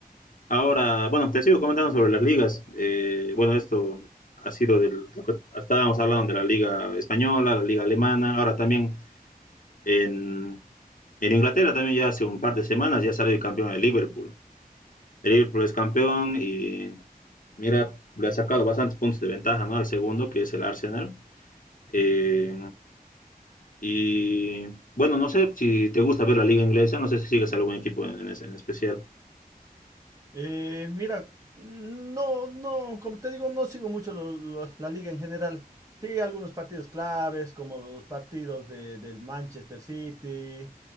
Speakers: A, on the left; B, on the right.
A: Ahora, bueno, te sigo comentando sobre las ligas. Eh, bueno, esto ha sido del, lo que estábamos hablando de la liga española, la liga alemana, ahora también en, en Inglaterra también ya hace un par de semanas ya salió el campeón de Liverpool. El Liverpool es campeón y mira, le ha sacado bastantes puntos de ventaja ¿no? al segundo, que es el Arsenal. Eh, y bueno, no sé si te gusta ver la liga inglesa, no sé si sigues algún equipo en, en, ese- en especial.
B: Eh, mira, no, no, como te digo, no sigo mucho lo- lo- la liga en general. Sí, algunos partidos claves, como los partidos de- del Manchester City,